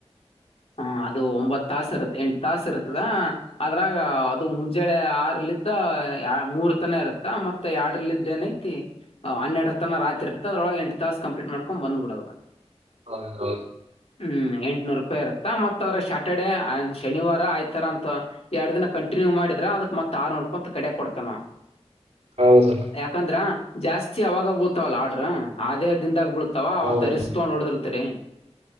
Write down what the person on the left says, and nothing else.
ಹಾ ಅದು ಒಂಬತ್ ತಾಸ ಇರತ್ ಎಂಟು ತಾಸ ಇರ್ತದ ಅದ್ರಾಗ ಅದು ಮುಂಜಳೆ ಆರ್ಲಿದ್ದ ಮೂರ್ ತನ ಇರುತ್ತ ಮತ್ತ ಎರಡ್ಲ ಇದಿದ್ದೇನಐತಿ ಹನ್ನೆರಡ ತನ ರಾತ್ರಿ ಇರತ್ತ ಅದ್ರೊಳ ಎಂಟು ತಾಸ ಕಂಪ್ಲೀಟ್ ಮಾಡ್ಕೊಂಡ್ ಬಂದ್ಬಿಡದ.
ಹ್ಮ್ ಎಂಟ್ನೂರು ರೂಪಿರೆ. ಮತ್ತ ಅದ್ರ ಶ್ಯಾಟರ್ಡೆ ಶನಿವಾರ ಆಯ್ತ ತರ ಅಂತ ಎರಡು ದಿನ ಕಂಟಿನ್ಯೂ ಮಾಡಿದ್ರ ಅದಕ್ ಮತ್ ಆರ್ನೂರು ರೂಪಾಯಿ ಅಂತ ಕಡಿಯಕ್ ಕೊಡ್ತ ನಾವವು.
ಯಾಕಂದ್ರ. ಜಾಸ್ತಿ ಅವಾಗ ಬುಳ್ತಾವಲ್ಲ ಆರ್ಡ್ರ ಆದೇ ದಿಂದದ ಆಗ್ಬ ಬಿಡ್ತ ಅವಾ ಅವ
ತರಿಸ್ಕೊಂಡ್ ಹೊಡದಿರ್ತರಿ.